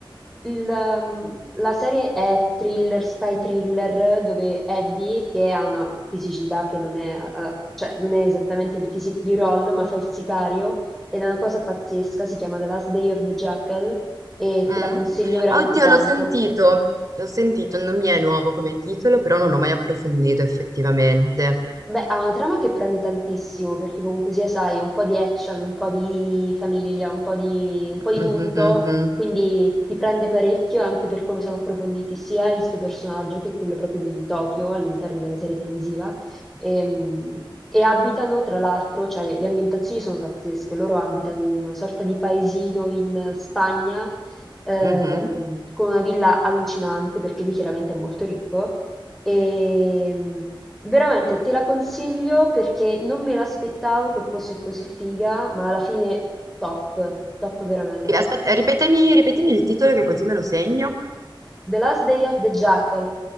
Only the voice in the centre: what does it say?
il, mhmm, la serie è thriller, spy thriller, dove Eddie, che ha una fisicità che non è, uhm, cioè non è esattamente il physique di Roll, ma fa il sicario ed è una cosa pazzesca, si chiama The Last Day of the Jackal e
te la consiglio veramente
tanto.
Beh, ha una trama che prende tantissimo, perché comunque sia, sai, un po' di action, un po' di famiglia, un po' di, un po' di
tutto, quindi ti prende parecchio anche per come sono approfonditi sia il suo personaggio che quello proprio di Tokyo all'interno della serie televisiva. Ehm, E, abitano, tra l'altro, cioè le, le ambientazioni sono pazzesche, loro abitano in una sorta di paesino in Spagna, ehm,
con una villa allucinante, perché lui chiaramente è molto ricco. Ehm, veramente te la consiglio perché non me l'aspettavo che fosse così figa, ma alla fine top, top veramente.
The Last Day of the Jackal.